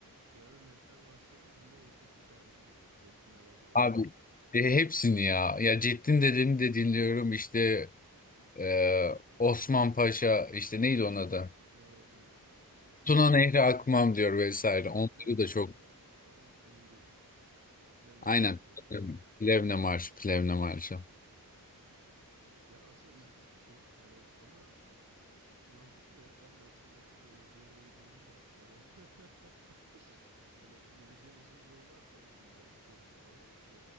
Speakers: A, on the right; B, on the left.
A: genel mehter marşları mı dinliyorsun yoksa bir tanesini mi? Ceddin Deden falan
B: Abi
A: mı?
B: e, hepsini ya. Ya Ceddin Dede'ni de dinliyorum işte e, Osman Paşa işte neydi onun adı?
A: Tuna Nehri şeyi.
B: Tuna Nehri Akmam diyor vesaire.
A: He.
B: Onları
A: Plevne
B: da
A: galiba
B: çok
A: ama emin değilim. Plevne
B: Aynen.
A: marşı olabilir.
B: Plevne Plevne Marşı, Plevne Marşı.
A: Ya aslında ilginç bir şey. Yani ama Mantıklı ya. Ben de aslında e, bir yere böyle yürürken hani <laughs> hani yürüyeceğim uzun bir yol varsa ne bileyim belki spor için falan e,